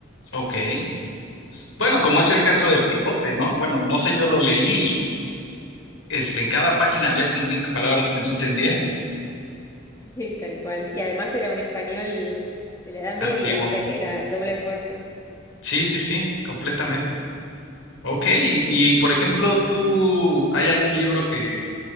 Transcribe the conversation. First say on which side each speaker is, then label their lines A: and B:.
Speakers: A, on the left; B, on the left.
A: ok. Bueno, como es el caso del Quijote, ¿no? Bueno, no sé, yo lo leí, y,
B: Sí. <laughs>
A: este, en cada página había como 20 palabras que no entendía.
B: Sí, tal cual. Y además era un español de la Edad Media,
A: Antiguo.
B: o sea que era doble esfuerzo.
A: Sí, sí, sí, completamente. Ok, y,
B: Ujú,
A: y, por ejemplo, ¿tú hay algún libro que